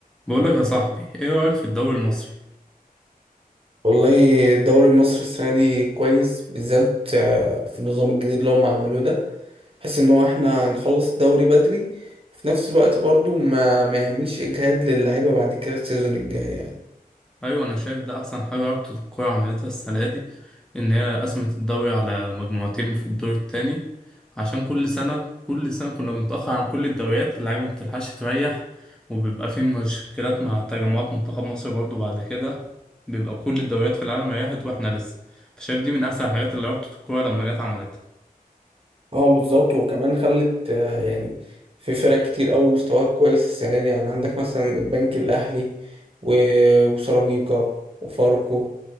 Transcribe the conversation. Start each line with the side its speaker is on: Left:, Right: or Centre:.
Centre: بقول لك يا صاحبي ايه رأيك في الدوري المصري
Right: والله الدوري المصري السنة دي كويس بالذات آه، في النظام الجديد اللي هم عملوه ده بحيث ان هو احنا نخلص الدوري بدري وفي نفس الوقت برضو ما ما يعملش اجهاد للعيبة بعد كده السيزون الجاي يعني
Centre: ايوه انا شايف ده احسن حاجة رابطة الكورة عملتها السنة دي ان هي قسمت الدوري على مجموعتين في الدور التاني عشان كل سنة كل سنة كنا بنتأخر عن كل الدوريات واللعيبة مبتلحقش تريح وبيبقى في مشكلات مع تجمعات منتخب مصر برضو بعد كده بيبقى كل الدوريات في العالم ريحت واحنا لسه فشايف دي من احسن الحاجات اللي رابطة الكورة لما جت عملتها
Right: اه بالظبط وكمان خلت آه، يعني في فرق كتير قوي مستواها كويس السنة دي يعني عندك مثلا البنك الأهلي و- وسيراميكا وفاركو